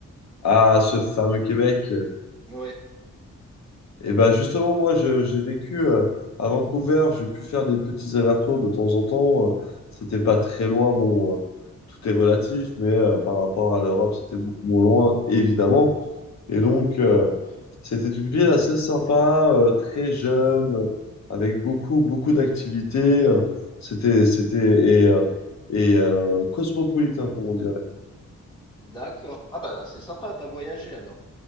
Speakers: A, on the left; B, on the left.
A: Ah, ce fameux Québec. euh,
B: Ouais,
A: Et ben justement, moi, je- j'ai vécu euh, à Vancouver, j'ai pu faire des petits allers-retours de temps en temps. euh, c'était pas très loin, bon, euh, tout est relatif, mais euh, par rapport à l'Europe, c'était beaucoup moins loin, évidemment. Et donc, euh, c'était une ville assez sympa, euh, très jeune, euh, avec beaucoup, beaucoup d'activités. euh, c'était, c'était, et, euh, et euh, cosmopolitain, comme on dirait.
B: d'accord. Ah bah c'est sympa, t'as voyagé alors.